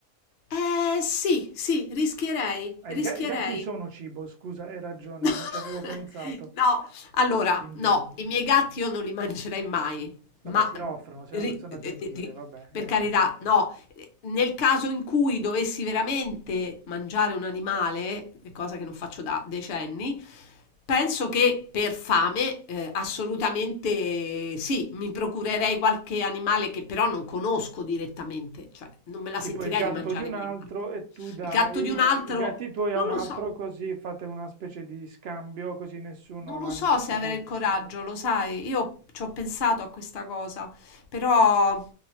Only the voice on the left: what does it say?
Eh sì, sì, rischierei,
rischierei.
<laughs>
No, allora,
no, i miei gatti io non li mangerei mai,
ma
eh,
ri-
eh,
eh, eh,
per
carità, no, eh, nel caso in cui dovessi veramente mangiare un animale, cosa che non faccio da decenni, penso che per fame eh, assolutamente sì, mi procurerei qualche animale che però non conosco direttamente, cioè non me la
sentirei
di mangiare
i
miei gatti.
Il gatto di un altro,
non
lo so.
Non lo
so
se
avere il coraggio, lo sai, io ci ho pensato a questa cosa, però